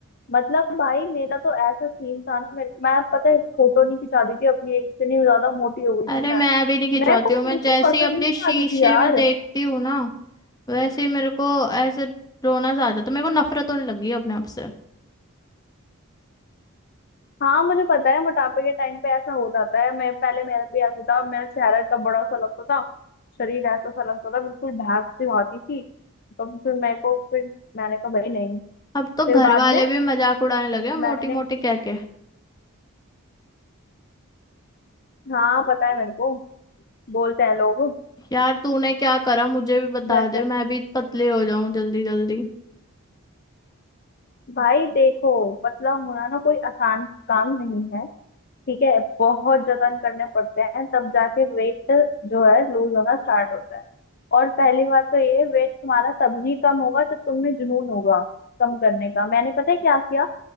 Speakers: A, on the left; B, on the left.
A: मतलब भाई मेरा तो ऐसा सीन था ना मेरे मैं पता है फोटो नहीं खिंचाती थी अपनी एक इतनी ज्यादा मोटी हो गई थी
B: अरे
A: मैं
B: मैं भी नहीं खिंचवाती
A: मेरे को
B: हूँ
A: मैं
B: मैं
A: बिल्कुल
B: जैसे
A: पसंद
B: ही अपने
A: ही नहीं
B: शीशे
A: आती थी यार
B: में देखती हूँ ना वैसे ही मेरे को ऐसे रोना सा आ जाता है। मेरे को नफरत होने लगी है अपने आप से
A: हाँ मुझे पता है मोटापे के टाइम पे ऐसा हो जाता है मैं पहले मेरा भी ऐसे था मेरा चेहरा इतना बड़ा सा लगता था शरीर ऐसा सा लगता था बिल्कुल भैंस सी होती थी तो फिर मेरे को फिर मैंने कहा भाई नहीं
B: अब तो
A: फिर
B: घर
A: बाद
B: वाले
A: में
B: भी मजाक उड़ाने लगे हैं, मोटी
A: मैंने
B: मोटी कह के
A: हाँ पता है मेरे को बोलते हैं लोग
B: यार तूने क्या करा मुझे भी बता
A: घर
B: दे
A: पे
B: मैं भी पतले हो जाऊं जल्दी जल्दी
A: भाई देखो पतला होना ना कोई आसान काम नहीं है ठीक है बहुत जतन करने पड़ते हैं तब जाके वेट जो है लूज होना स्टार्ट होता है और पहली बात तो ये वेट तुम्हारा तभी कम होगा जब तुम में जुनून होगा कम करने का मैंने पता है क्या किया